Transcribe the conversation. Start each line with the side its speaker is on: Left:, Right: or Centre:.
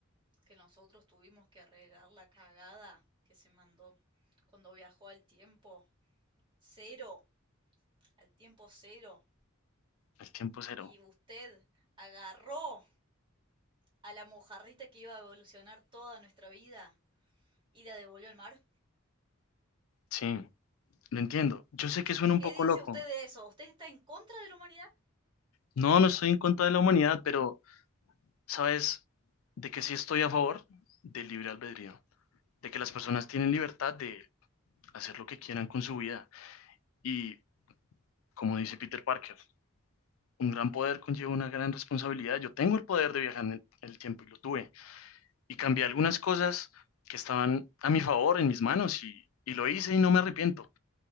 Right: que nosotros tuvimos que arreglar la cagada que se mandó cuando viajó al tiempo cero, al tiempo cero,
Left: El tiempo cero.
Right: y usted agarró a la mojarrita que iba a evolucionar toda nuestra vida y la devolvió al mar.
Left: Sí, lo entiendo. Yo sé que suena un
Right: ¿Qué
Left: poco
Right: dice
Left: loco.
Right: usted de eso? ¿Usted está en contra de la humanidad?
Left: No, no estoy en contra de la humanidad, pero ¿Sabes de que sí estoy a favor del libre albedrío? De que las personas tienen libertad de hacer lo que quieran con su vida. Y como dice Peter Parker, un gran poder conlleva una gran responsabilidad. Yo tengo el poder de viajar en el, el tiempo y lo tuve. Y cambié algunas cosas que estaban a mi favor, en mis manos, y, y lo hice y no me arrepiento.